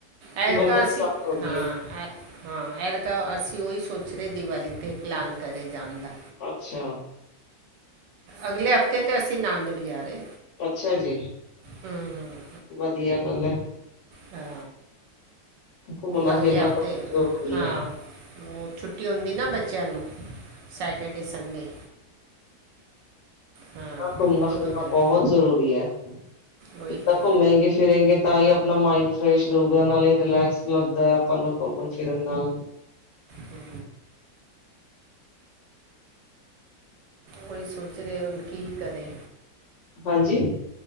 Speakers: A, on the right (about 75°); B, on the left (about 75°).
A: ਐਰਿਕਾ
B: ਤੋਂ
A: ਅਸੀ
B: ਸਟਾਰਟ ਹੋਦੀ
A: ਹਾਂ
B: ਹੈ
A: ਆ ਹਾਂ ਐਰਕਾਂ ਅਸੀਂ ਉਹੀ ਸੋਚ ਰਹੇ ਦੀਵਾਲੀ ਤੇ ਪਲਾਨ ਕਰੇ ਜਾਣ ਦਾ
B: ਅੱਛਾ
A: ਅਗਲੇ ਹਫ਼ਤੇ ਤਾਂ ਅਸੀਂ ਨੰਦੇੜ ਜਾ ਰਹੇ।
B: ਅੱਛਾ ਜੀ
A: ਹੂੰ ਹੂੰ,
B: ਵਧੀਆ ਗੱਲ ਹੈ।
A: ਹਾਂ
B: ਘੁੰਮਣਾ
A: ਅਗਲੇ
B: ਫਿਰਨਾ
A: ਹਫ਼ਤੇ
B: ਤਾਂ ਜ਼ਰੂਰੀ
A: ਹਾਂ।
B: ਹੈ।
A: ਉਹ ਛੁੱਟੀ ਹੁੰਦੀ ਨਾ ਬੱਚਿਆਂ ਨੂੰ ਸੈਟਰਡੇ ਸੰਡੇ ਹਾਂ
B: ਘੁੰਮਣਾ ਫਿਰਨਾ
A: ਉਦੋਂ ਜਾਣ
B: ਬਹੁਤ ਜ਼ਰੂਰੀ ਹੈ ਜਿੱਦਾਂ
A: ਉਹੀ ਤੇ
B: ਘੁੰਮੇਗੇ ਫਿਰੇਗੇੇ। ਤਾਂ ਹੀ ਆਪਣਾ ਮਾਇੰਡ ਫਰੈਸ਼ ਰਹੋਗਾ ਨਾਲੇ ਰਿਲੈਕਸ ਲੱਗਦਾ ਹੈ ਆਪਾਂ ਨੂੰ ਘੁੰਮਣ ਫਿਰਨ ਨਾਲ
A: ਹੂੰ ਉਹੀ ਸੋਚ ਰਹੇ ਉ ਕੀ ਕਰੇ।
B: ਹਾਂਜੀ